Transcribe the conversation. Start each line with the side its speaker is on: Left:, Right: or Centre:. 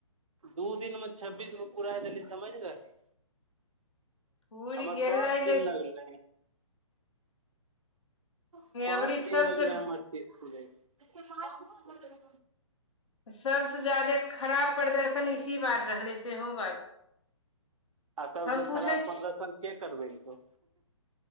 Right: दू दिनमे छब्बीस गो पूरा देलही समझ रहली।
Left: पुरि
Right: हमर
Left: गेलै
Right: पाँच
Left: लेकिन
Right: दिन लागलै। पाँच
Left: अबरी
Right: दिन
Left: सबसे
Right: लगले हमर तीस दिन पुरै मे।
Left: सबसे ज्यादे खराब प्रदर्शन, इसी बार रहलै सेहो बात।
Right: आ सबसँ
Left: हम
Right: खराब
Left: पूछै छी
Right: प्रदर्शन के करबेलकौ।